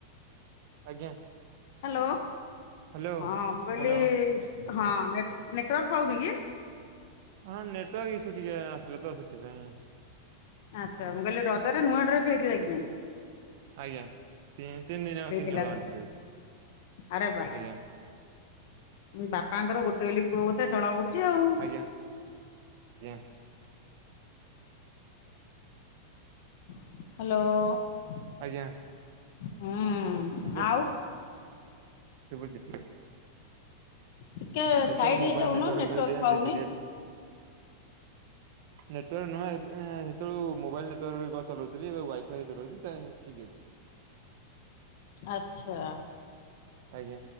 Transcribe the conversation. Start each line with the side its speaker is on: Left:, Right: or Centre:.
Right: ଆଜ୍ଞା।
Left: ହ୍ୟାଲୋ
Right: ହ୍ୟାଲୋ
Left: ହଁ ମୁଁ କହିଲି
Right: ହ୍ୟାଲୋ
Left: ହଁ ନେଟୱାର୍କ ପାଉନି କି?
Right: ହଁ ନେଟୱାର୍କ ଇସୁ ଟିକେ ଆସିଲା ତ ସେଥିପାଇଁ।
Left: ଆଚ୍ଛା ମୁଁ କହିଲି ରଜରେ ନୂଆ ଡ୍ରେସ ହେଇଥିଲା କି ନାଇଁ?
Right: ଆଜ୍ଞା ତିନି ଦିନ
Left: ହେଇଥିଲା
Right: ତିନି ହଳ
Left: ତ
Right: ଆଣିଥିଲି
Left: ଆରେ ବା
Right: ଆଜ୍ଞା।
Left: ବାପାଙ୍କର ଗୋଟେ ବୋଲି ପୁଅ ବୋଧେ ଜଣା ପଡୁଛି। ଆଉ।
Right: ଆଜ୍ଞା ଆଜ୍ଞା।
Left: ହ୍ୟାଲୋ।
Right: ଆଜ୍ଞା।
Left: ହୁଁ
Right: ଶୁଭୁଛି।
Left: ଆଉ।
Right: <unintelligible>
Left: ଟିକେ
Right: ସେ
Left: ସାଇଡ
Right: ତ ମୋବାଇଲ
Left: ହେଇଯାଉନ
Right: ନେଟୱାର୍କରେ
Left: ନେଟୱାର୍କ ପାଉନି
Right: ଦେଇଥିଲି ଏବେ ନେଟାର୍କ ନୂହଁ ସେତେବେଳେ ମୋବାଇଲ ନେଟାର୍କ ଚଲାଉଥିଲି ଏବେ ୱାଇଫାଇରେ ଚଲଉଛି ଠିକ୍ ଅଛି। <inaudible>
Left: ଆଚ୍ଛା।
Right: ଆଜ୍ଞା